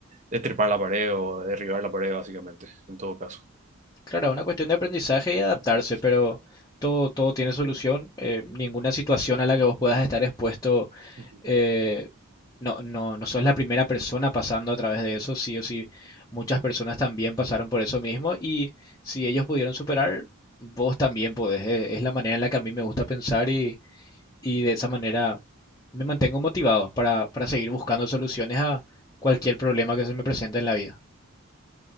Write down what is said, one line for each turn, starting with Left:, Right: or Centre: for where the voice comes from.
Right: de trepar la pared o derribar la pared, básicamente, en todo caso.
Left: Claro, es una cuestión de aprendizaje y adaptarse,
Right: Ujú,
Left: pero todo, todo tiene solución. Eh, ninguna situación a la que vos puedas estar expuesto,
Right: ujú.
Left: eh, no, no, no sos la primera persona pasando a través de eso, sí o sí. Muchas personas también pasaron por eso mismo y si ellos pudieron superar, vos también podés. Eh, Es la manera en la que a mí me gusta pensar y y de esa manera me mantengo motivado para, para seguir buscando soluciones a cualquier problema que se me presente en la vida.